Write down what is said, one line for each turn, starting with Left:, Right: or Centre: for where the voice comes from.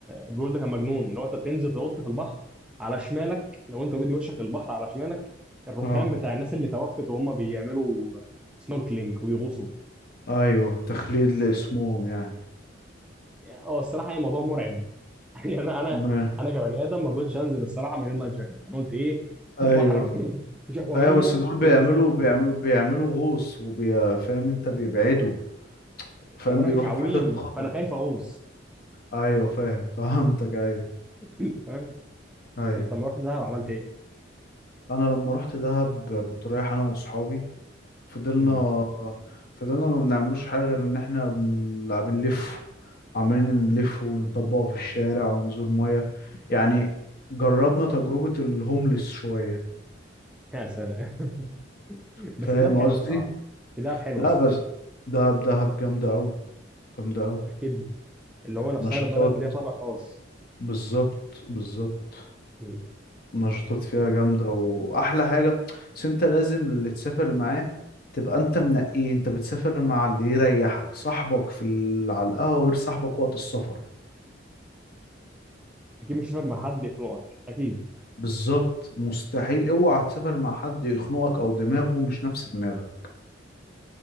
Centre: البلو هول ده كان مجنون لو انت بتنزل تنط في البحر على شمالك لو انت بدي وشك للبحر على شمالك الرخام
Left: اه
Centre: بتاع الناس اللي توفت وهم بيعملوا سنوركلينج ويغوصوا
Left: ايوه تخليد لاسمهم يعني
Centre: يعني هو الصراحه يعني موضوع مرعب يعني انا انا
Left: م-
Centre: انا كبني ادم ما رضيتش انزل الصراحه من غير لايف جاكيت انا قلت ايه <laughs>
Left: ايوه
Centre: البحر مش اقوى
Left: ايوه
Centre: منه
Left: بس دول بيعملوا
Centre: البس لايف جاكيت
Left: بيعملوا بيعملوا غوص وبيفهم انت بيبعدوا فاهم
Centre: هو انا
Left: بيروحوا
Centre: مش عويم
Left: في حتة خطر
Centre: فانا خايف اغوص
Left: ايوه فاهم فهمتك ايوه
Centre: <laughs> فاهم
Left: ايوه
Centre: انت لما رحت دهب عملت ايه؟
Left: انا لما رحت دهب كنت رايح انا واصحابي فضلنا
Centre: مم.
Left: فضلنا ما بنعملوش حاجة غير إن إحنا بن- بنلف عمالين نلف ونطبق في الشارع ونزول مية يعني جربنا تجربة الهوملس شوية
Centre: يا سلام <laughs>
Left: فاهم
Centre: بس في دهب حلوه
Left: قصدي؟
Centre: الصراحه في دهب حلوه
Left: لا
Centre: الصراحه
Left: بس دهب دهب جامدة أوي جامدة أوي
Centre: اكيد اللي هو نفسها
Left: نشاطات
Centre: البلد ليها طابع خاص
Left: بالظبط بالظبط
Centre: مم.
Left: نشاطات فيها
Centre: ما.
Left: جامدة وأحلى حاجة بس أنت لازم اللي تسافر معاه تبقى أنت منقيه أنت بتسافر مع اللي يريحك صاحبك في ال... على القهوة غير صاحبك وقت السفر
Centre: اكيد مش هتسافر مع حد يخنقك اكيد
Left: بالظبط مستحيل اوعى تسافر مع حد يخنقك او دماغه مش نفس دماغك